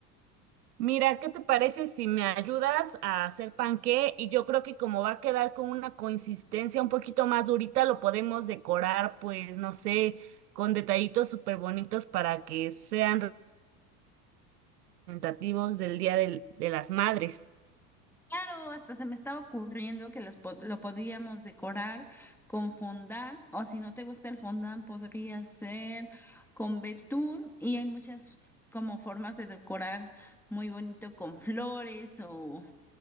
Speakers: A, on the right (about 80°); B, in the centre.
A: Mira, ¿qué te parece si me ayudas a hacer panqué? Y yo creo que como va a quedar con una consistencia un poquito más durita, lo podemos decorar, pues, no sé, con detallitos súper bonitos para que sean representativos del Día del- de las Madres.
B: Claro, hasta se me estaba ocurriendo que los pod- lo podríamos decorar con fondant, o si no te gusta el fondant, podría ser con betún, y hay muchas como formas de decorar muy bonito con flores o,